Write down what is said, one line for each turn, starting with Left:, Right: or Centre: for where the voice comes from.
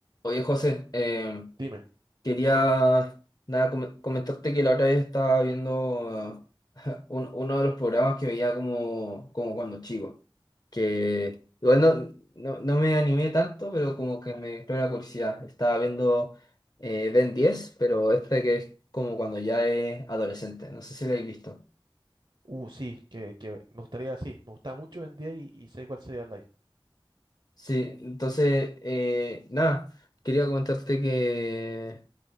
Left: Oye, José, eh,
Right: Dime.
Left: quería nada, com- comentarte que la otra vez estaba viendo eh, <laughs> un- uno de los programas que veía como, como cuando chico, que igual no, no, no me animé tanto, pero como que me entró la curiosidad. Estaba viendo eh, Ben 10, pero este que es como cuando ya es adolescente, no sé si lo habéis visto.
Right: Uh, sí, que, que me gustaría, sí, me gustaba mucho Ben 10 y, y sé cuál sería el like.
Left: Sí, entonces, eh, nada, quería comentarte que...